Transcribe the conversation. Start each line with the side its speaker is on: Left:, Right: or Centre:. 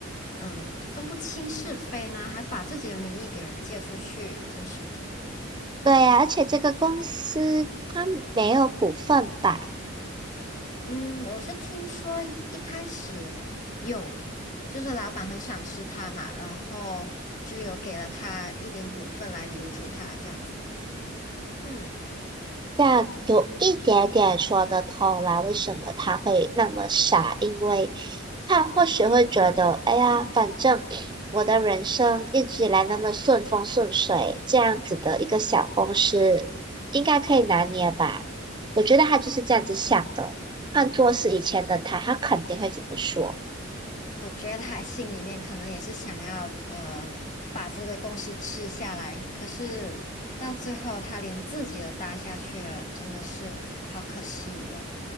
Left: 嗯，分不清是非呢？还把自己的名义给人借出去，真是的。
Right: 对呀，而且这个公司它没有股份吧？
Left: 嗯，我是听说一开始有，就是老板很赏识他嘛，然后就有给了他一点股份来留住他这样子。嗯。
Right: 这样有一点点说得通啦，为什么他会那么傻？因为他或许会觉得，哎呀，反正 <sniffs> 我的人生一直以来那么顺风顺水，这样子的一个小公司应该可以拿捏吧？我觉得他就是这样子想的。换做是以前的他，他肯定会这么说。
Left: 我觉得他心里面可能也是想要呃把这个公司吃下来，可是到最后他连自己都搭下去了，真的是好可惜哟、